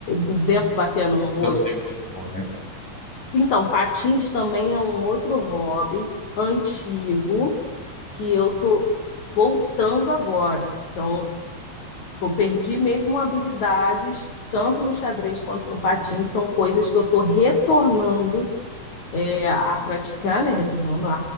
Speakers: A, on the left (about 75°); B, in the centre.
A: O vento batendo no rosto.
B: eu não tenho costume.
A: Então, patins também é um outro hobby antigo. que eu tô voltando agora. Então, eu perdi mesmo habilidades, tanto no xadrez quanto no patins, são coisas que eu tô retornando é, a praticar, né? Retornando a-